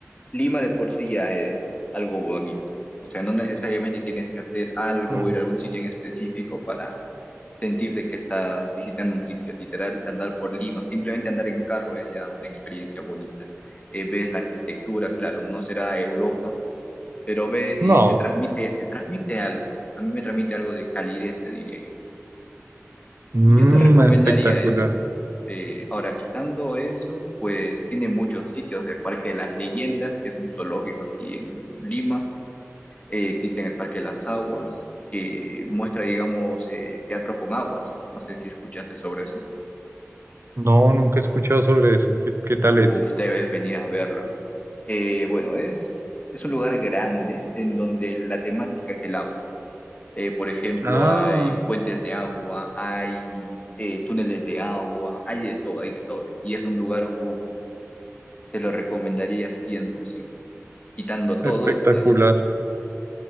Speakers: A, on the left; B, on the right.
A: Lima de por sí ya es algo bonito. O sea, no necesariamente tienes que hacer algo
B: Mm,
A: o ir a algún sitio en específico para sentirte que estás visitando un sitio, literal, andar por Lima, simplemente andar en carro es ya una experiencia bonita. Eh, ves la arquitectura, claro, no será Europa, pero ves
B: No,
A: y te transmite, te transmite algo. A mí me transmite algo de calidez, te diría yo.
B: Mm,
A: Y yo te recomendaría
B: espectacular.
A: eso. Eh, ahora, quitando eso, pues tiene muchos sitios del Parque de las Leyendas, que es un zoológico aquí en Lima. Eh, existe en el Parque de las Aguas, que muestra, digamos, eh, teatro con aguas. No sé si escuchaste sobre eso.
B: No, nunca he escuchado sobre eso. ¿Qué, qué tal
A: Uf,
B: es?
A: debes venir a verlo, amigo. Eh, bueno, es, es un lugar grande en donde la temática es el agua. Eh, por ejemplo,
B: Ah,
A: hay puentes de agua, hay eh, túneles de agua, hay de todo, hay de todo. Y es un lugar, uf, te lo recomendaría 100%. Quitando todo,
B: espectacular.
A: es...